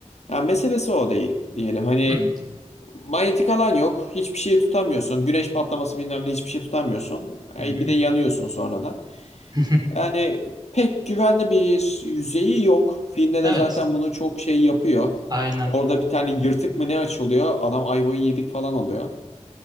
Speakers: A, on the left; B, on the right.
A: Ya meselesi o değil diyelim. Hani
B: Hı
A: manyetik alan yok. Hiçbir şeyi tutamıyorsun. Güneş patlaması bilmem ne hiçbir şey tutamıyorsun.
B: hı.
A: E,
B: hı.
A: bir de yanıyorsun sonradan.
B: <laughs>
A: Yani pek güvenli bir yüzeyi yok. Filmde
B: Evet.
A: de zaten bunu çok şey yapıyor.
B: Aynen.
A: Orada bir tane yırtık mı ne açılıyor? Adam ayvayı yedik falan oluyor.